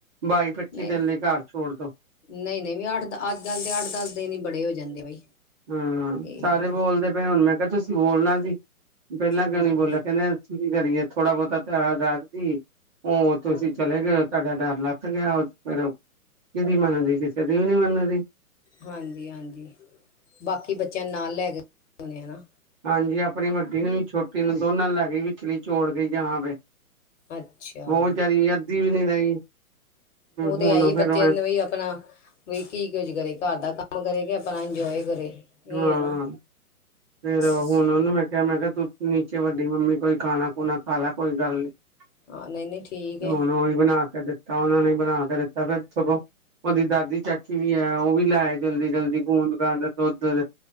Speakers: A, on the right; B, on the left.
A: ਬਾਈ- ਪੱਚੀ
B: ਨਹੀਂ
A: ਦਿਨ ਲਈ ਘਰ ਛੋੜ ਦਿਓ
B: ਨਹੀਂ- ਨਹੀਂ ਵੀ ਅੱਠ ਅੱਜ ਕੱਲ ਤੇ ਅੱਠ- ਦਸ ਦਿਨ ਹੀ ਬੜੇ ਹੋ ਜਾਂਦੇ ਬਈ
A: ਹਾਂ,
B: ਇਹ
A: ਸਾਰੇ
B: ਆ
A: ਬੋਲਦੇ ਪਏ ਹੁਣ ਮੈਂ ਕਿਹਾ ਤੁਸੀਂ ਬੋਲਣਾ ਨਹੀ, ਪਹਿਲਾਂ ਕਿਉਂ
B: ਹਾਂ
A: ਨੀ ਬੋਲਿਆ, ਕਹਿੰਦੇ ਅਸੀ ਕੀ ਕਰੀਏ ਥੋੜਾ ਬਹੁਤਾ ਧਿਆਨ ਰਾਦ ਜੀ, ਉਹ ਤੁਸੀਂ
B: ਹਾਂ
A: ਚਲੇ ਗਏ ਤੁਹਾਡਾ ਡਰ ਲੱਥ ਗਿਆ, ਉਹ ਫਿਰ ਕੀਹਦੀ ਮੰਨਦੀ ਕਿਸੇ ਦੀ ਵੀ ਨੀ ਮੰਨਦੀ
B: ਹਾਂਜੀ- ਹਾਂਜੀ ਬਾਕੀ ਬੱਚਿਆਂ ਨਾਲ ਲੈ ਕੇ ਨੇ ਹਨਾ
A: ਹਾਂਜੀ ਆਪਣੀ ਵੱਡੀ ਨੂੰ, ਛੋਟੀ ਨੂੰ ਦੋਨਾਂ ਨੂੰ ਲੈ ਗਈ ਵੀ ਨਿਚੋੜ ਕੇ ਜਾਣਾ ਪਏ,
B: ਅੱਛਾ
A: ਉਹ ਕਹਿ ਰਹੀ ਅੱਧੀ ਵੀ ਨੀ ਰਹੀ
B: ਉਹ ਤੇ
A: ਹੁਣ
B: ਹੈ ਹੀ, ਬੱਚਿਆ
A: ਫੇਰ ਮੈਂ
B: ਨੂੰ ਵੀ ਆਪਣਾ। ਬਈ ਕੀ ਕੁੱਝ ਕਰੇ, ਘਰ ਦਾ ਕੰਮ ਕਰੇ ਕਿ ਆਪਣਾ ਇੰਜੋਏ ਕਰੇ। ਇਹ
A: ਹਾਂ,
B: ਹੈ ਨਾ
A: ਫੇਰ
B: ਬਸ
A: ਹੁਣ ਉਹਨੂੰ ਮੈਂ ਕਿਹਾ ਮੈਂ ਕਿਹਾ ਤੂੰ ਵੱਡੀ ਮੰਮੀ ਕੋਈ ਖਾਣਾ ਖੂਣਾ ਖਾ ਲੈ, ਕੋਈ ਗੱਲ ਨੀ। ਤੇ
B: ਹਾਂ ਨਹੀਂ ਨਹੀਂ ਠੀਕ ਹੈ
A: ਹੁਣ ਉਹ ਵੀ ਬਣਾ ਕੇ ਦਿੱ ਖਾਣਾ ਨਹੀ ਬਣਾ ਕੇ ਦਿੱਤਾ ਫਿਰ ਸਗੋਂ ਉਹਦੀ ਦਾਦੀ ਚਾਚੀ ਵੀ ਹੈ ਉਹ ਵੀ ਲੈ ਆਈ ਜਲਦੀ- ਜਲਦੀ ਖੂੰਦਕਾਂ ਦਾ ਦੁੱਧ